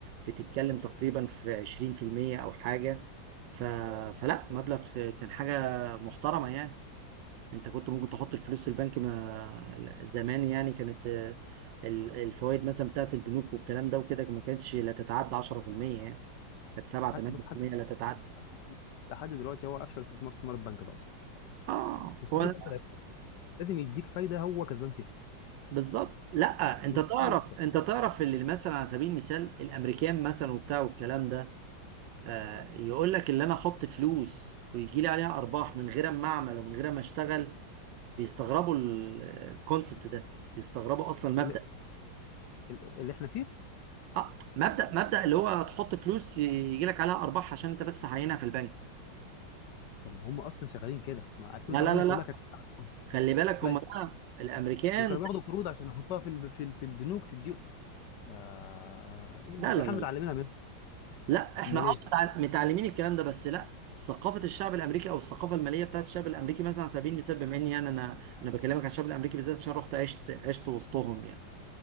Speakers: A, on the right; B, on the left.
A: بتتكلم تقريبا في 20% او حاجة ف... فلا مبلغ كان حاجة محترمة يعني انت كنت ممكن تحط الفلوس في البنك ما زمان يعني كانت آه، ال- الفوائد مثلا بتاعت البنوك والكلام ده وكده ما كانتش لا تتعدى 10% يعني كانت 7 8%
B: حتى بص حتى
A: لا تتعدى
B: حد لحد دلوقتي هو افشل استثمار استثمار البنك ده اصلا
A: اه
B: مستحيل
A: هو ده
B: البنك ده يخسر لازم يديك فايده هو كسبان فيها
A: بالظبط لا انت
B: مستحيل
A: تعرف
B: يخسر
A: انت تعرف اللي مثلا على سبيل المثال الامريكان مثلا وبتاع والكلام ده آه يقول لك اللي انا احط فلوس ويجي لي عليها ارباح من غير ما اعمل ومن غير ما اشتغل بيستغربوا ال- الكونسبت ده بيستغربوا اصلا المبدأ
B: اللي, اللي احنا فيه
A: آه مبدأ مبدأ اللي هو تحط فلوس يجي لك عليها ارباح عشان انت بس عينها في البنك
B: طب ما هم اصلا شغالين كده ما 2008
A: لا لا لا لا
B: كلها كانت كده عندهم.
A: خلي بالك
B: لا
A: هم بقى الامريكان
B: دول كانوا بياخدوا قروض عشان يحطوها في الب... في, ال... في البنوك تدي ما...
A: لا
B: ايه
A: لا
B: احنا متعلمينها
A: لا
B: منهم
A: لا احنا
B: امال
A: اه
B: ايه
A: متع- متعلمين الكلام ده بس لا ثقافه الشعب الامريكي او الثقافه الماليه بتاعت الشعب الامريكي مثلا على سبيل المثال بما اني يعني انا انا بكلمك عن الشعب الامريكي بالذات عشان رحت عشت عشت وسطهم يعني